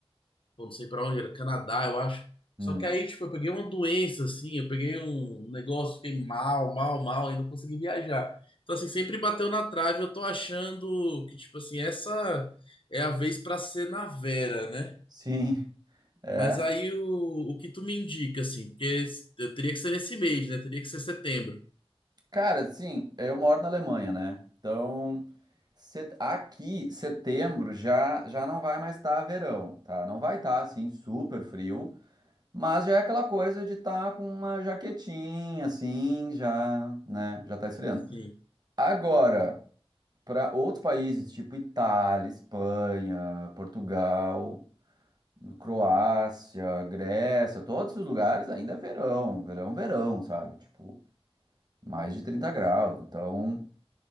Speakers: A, on the left; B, on the right.
A: pô, não sei pra onde, era Canadá, eu acho.
B: Hum,
A: Só que aí, tipo, eu peguei uma doença, assim, eu peguei um negócio, fiquei mal, mal, mal, e não consegui viajar. Então, assim, sempre bateu na trave, eu tô achando que, tipo, assim, essa é a vez pra ser na Vera, né?
B: Sim. É.
A: Mas aí o, o que tu me indica, assim, porque s- eu teria que ser nesse mês, né? Teria que ser setembro.
B: Cara, sim, eu moro na Alemanha, né? Então, set- aqui, setembro, já, já não vai mais estar verão, tá? Não vai estar, assim, super frio, mas já é aquela coisa de estar com uma jaquetinha, assim, já, né? Já tá esfriando.
A: Sim,
B: Agora. para outros países, tipo Itália, Espanha, Portugal, Croácia, Grécia, todos os lugares ainda é verão, verão, verão, sabe? Tipo, mais de 30 graus. Então,